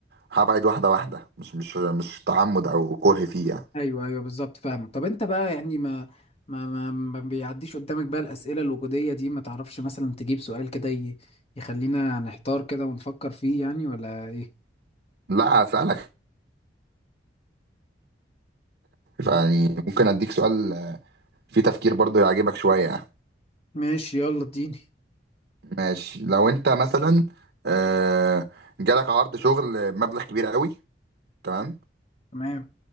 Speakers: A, on the right (about 60°); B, on the left (about 35°).
A: هبعد واحدة واحدة مش مش مش تعمد او كره فيه يعني
B: ايوه ايوه بالظبط فاهمك طب انت بقى يعني ما ما ما, ما بيعديش قدامك بقى الاسئله الوجوديه دي ما تعرفش مثلا تجيب سؤال كده ي- يخلينا نحتار كده ونفكر فيه يعني ولا ايه
A: لا هسألك يعني ممكن اديك سؤال آه، فيه تفكير برضه يعجبك شوية يعني
B: ماشي يلا اديني
A: ماشي لو انت مثلا آه، جالك عرض شغل مبلغ كبير قوي تمام
B: تمام